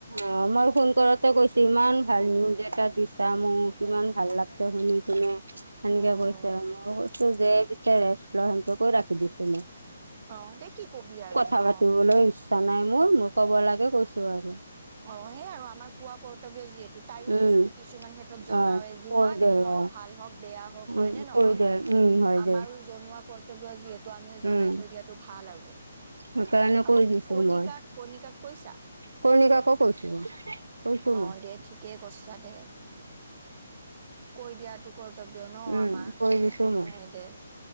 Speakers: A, on the right; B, on the right.
A: অ মই ফোন কৰতে কৈছো ইমান ভাল
B: উম
A: নিউজ এটা দিছা মোক কিমান ভাল লাগছে শুনি কিনে সেনেকে
B: উম
A: কৈছে মই কৈছো যে <unintelligible> ৰাখি দিছো মই
B: অ দে কি কবি আৰু
A: কথা
B: ন
A: পাতিবলৈ ইচ্ছা নাই মোৰ মোৰ ক'ব লাগে কৈছো আৰু
B: অ সেইয় আৰু আমাৰ কোৱা কৰ্তব্য যিহেতু তাইও
A: উম
B: দেচোন কিছুমান ক্ষেত্ৰত জনাওে
A: অ
B: যিমান
A: কৈ দে
B: যি নহওক
A: অ
B: ভাল হওক বেয়া হওক
A: উম
B: হয় নে নহয়
A: কৈ দে উম হয়
B: আমাৰো
A: দে
B: জনোৱা কৰ্তব্য যিহেতু আমি জনাই
A: উম
B: থৈ দিয়াটো ভাল আৰু
A: সেইকাৰণে
B: আকৌ
A: কৈ দিছো
B: কণিকাক
A: মই
B: কণিকাক কৈছা
A: কণিকাকো কৈছো কৈছো
B: অ
A: মই
B: দে ঠিকে কৰিছা দে কৈ দিয়া তো কৰতব্য ন
A: উম
B: আমাৰ
A: কৈ দিছো
B: <unintelligible>
A: মই
B: দে